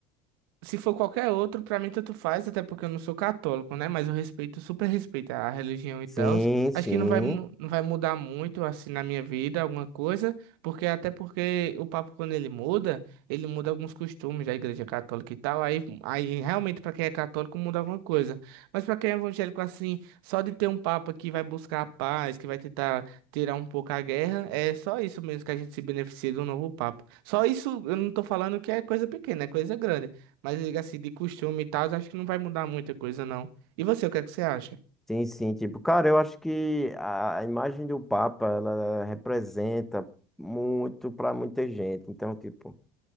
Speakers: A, on the right; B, in the centre.
A: Se for qualquer outro, pra mim tanto faz, até porque eu não sou católico, né? Mas eu respeito, super respeito a religião e
B: Sim,
A: tal.
B: sim.
A: Acho que não vai, mu- não vai mudar muito, assim, na minha vida, alguma coisa, porque até porque o Papa, quando ele muda, ele muda alguns costumes da Igreja Católica e tal. Aí, aí realmente, pra quem é católico, muda alguma coisa. Mas pra quem é evangélico, assim, só de ter um Papa que vai buscar a paz, que vai tentar tirar um pouco a guerra, é só isso mesmo que a gente se beneficia do novo Papa. Só isso, eu não tô falando que é coisa pequena, é coisa grande. Mas eu assim, de costume e tal, acho que não vai mudar muita coisa, não. E você, o que é que você acha?
B: Sim, sim, tipo, cara, eu acho que a a imagem do Papa, ela representa muito para muita gente. Então, tipo,